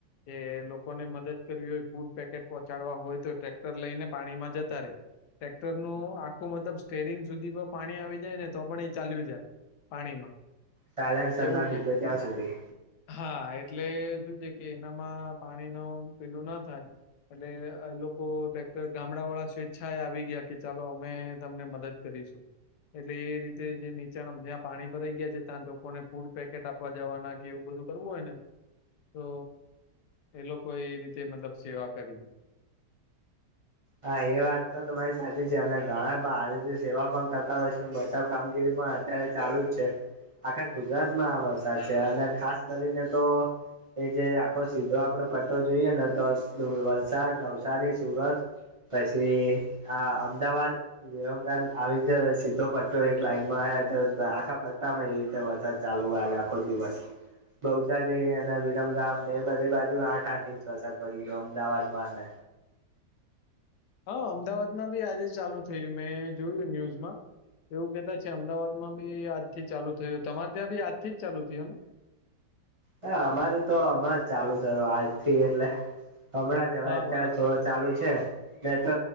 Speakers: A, on the left; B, on the right.
A: કે લોકોને મદદ કરવી હોય ફૂડ પેકેટ પહોંચાડવા હોય તો ટ્રેક્ટર લઈને પાણીમાં જતા રે ટક્ટર નું આખું મતલબ સ્ટેરિંગ સુધી પાણી આવી જાય ને તો પણ એ ચાલ્યું જાય પાણીમાં
B: ટાાઈલેન્ડ સરના
A: એવું
B: ડૂબે
A: છે
B: ત્યાં સુધી
A: હા એટલે શ છે કે એનામાં પાણી ન પેલું ના થાય. એટલે એ લોકો ટ્રેક્ટર ગામડા વાળા સ્વેચ્છા એ આવી ગયા કે ચાલો અમે તમને મદદ કરીશું. એટલે એ રીતે જે નીચાણ જ્યાં પાણી ભરાઈ ગયા છે ત્યાં લોકોને ફૂડ પેકેટ આપવા જવાના એવું બધું કરવું હોય ને તો એ લોકો એ રીતે મતલબ સેવા કરી.
B: હા એ વાત તો તમારી સાથેચી છે અને ઘણા આવી રીતે સેવા પણ કરતા હોય છે બચાવ કામગીરી પણ અત્યારે ચાલુ જ છે આખા ગુજરાતમાં આ વરસાદ છે અને ખાસ કરીને તો એ જે આખો સીધો આપડે પટ્ટો જોઈએ ને તો વલસાડ નવસારી સુરત. પછી આ અમદાવાદ વિમ આવીતે સીધો પટ્ટો એક લાઈનમાં હ આખા એવી રીતે વરસાદ ચાલુ હોય આજ આખો દિવસ. બહુચા જે એના વિરમ ગામ ને એ બધે બાજુ આઠ આઠ ઇંચ વરસાદ પડી ગયો અમદાવાદ માં.
A: હા અમદાવાદમાં બી આજે ચાલુ છે. થયું મેં જોયું ન્યુઝમાં. એવું કતા છે અમદાવાદ માં બી આજ ચાલુ થય તમારે ત્યાં બી આજ થી જ ચાલુ થયયો ને
B: હા અમારે તો હમણાં જ ચાલુ થ આજથી એટલે હમણાં જ હવે
A: હા,
B: અત્યારે
A: બરાબર.
B: થોડા. ચાલુ છે નહી તો